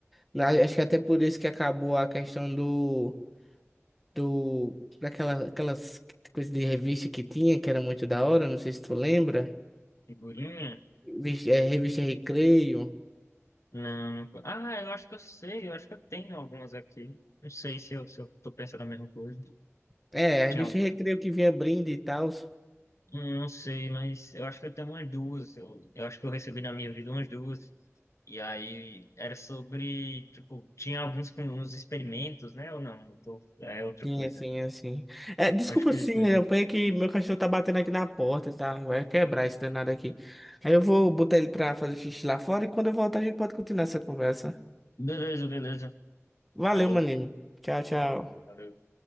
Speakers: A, in the centre; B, on the left.
A: Na- Acho que até por isso que acabou a questão do, do daquela, aquelas coisas de revista que tinha, que era muito da hora, não sei se tu lembra.
B: Figurinha.
A: Vis- É, revista Recreio.
B: Não. Ah, eu acho que eu sei, eu acho que eu tenho algumas aqui. Não sei se eu, se eu tô pensando a mesma coisa.
A: É, a revista
B: Tinha, um-
A: Recreio que vinha brinde e tal.
B: hum, não sei, mas eu acho que eu tenho umas duas. Eu, eu acho que eu recebi na minha vida umas duas. E aí era sobre, tipo, tinha alguns com uns experimentos, né? Ou não? Eu tô- é outra
A: Sim,
B: coisa.
A: assim, assim. É, desculpa,
B: Acho que
A: sim,
B: é isso mesmo.
A: eu apanhei que meu cachorro tá batendo aqui na porta, tá? Vai quebrar esse danado aqui. Aí eu vou botar ele pra fazer xixi lá fora e quando eu voltar a gente pode continuar essa conversa.
B: Beleza, beleza.
A: Valeu,
B: Falou.
A: maninho. Tchau, tchau.
B: Valeu.